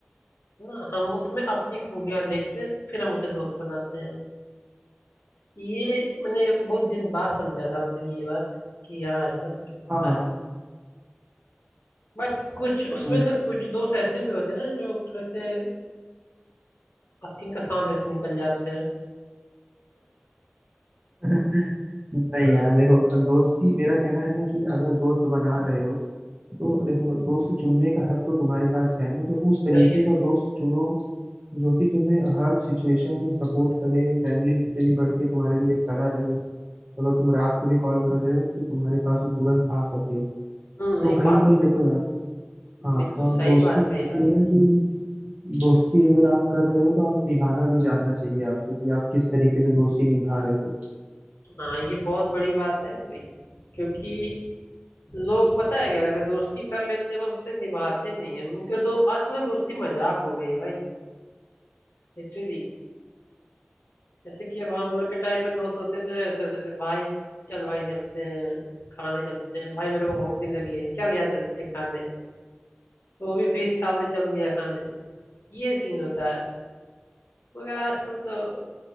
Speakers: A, on the left; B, on the right.
A: ना हम उसमें अपनी खूबियां देखते हैं फिर हम उसे दोस्त बनाते हैं ये मैंने बहुत दिन बाद समझा था मतलब कि ये बात कि हाँ ऐसा कुछ होता
B: हाँ हाँ
A: है बट कुछ उसमें
B: हाँ।
A: से कुछ दोस्त ऐसे भी होते हैं ना जो थोड़े से आस्तीन का सांप जैसे निकल जाते हैं
B: <laughs> नहीं
A: हाँ,
B: यार देखो दोस्ती मेरा कहना है ना कि अगर दोस्त बना रहे हो तो देखो दोस्त चुनने का हक तो तुम्हारे पास है ना तो उस तरीके
A: सही
B: का दोस्त चुनो जो कि तुम्हें हर सिचुएशन में सपोर्ट करे फैमिली से भी बढ़ के तुम्हारे लिए खड़ा रहे अगर तुम रात को भी कॉल कर रहे हो तो तुम्हारे पास वो तुरंत आ सके
A: हम्म
B: तो
A: नहीं
B: कहीं
A: बात
B: ना कहीं देखो यार हाँ
A: बिल्कुल
B: और
A: सही
B: दोस्ती
A: बात
B: ये
A: कही
B: होती
A: आपने
B: है ना कि दोस्ती अगर आप कर रहे हो तो आप निभाना भी जानना चाहिए आपको कि आप किस तरीके से दोस्ती निभा रहे हो
A: हाँ ये बहुत बड़ी बात है भाई क्योंकि लोग पता है क्या करते हैं दोस्ती कर लेते हैं बस उसे निभाते नहीं है उनके दो आजकल तो दोस्ती मजाक हो गई है भाई लिटरली जैसे कि अब हम लोग के टाइम पे दोस्त होते थे ऐसे होते थे भाई चल भाई चलते हैं खाने चलते हैं भाई मेरे को भूख नहीं लगी है चल यार चलते हैं खाने वो भी फिर साथ में चल दिया खाने ये सीन होता है मगर आजकल तो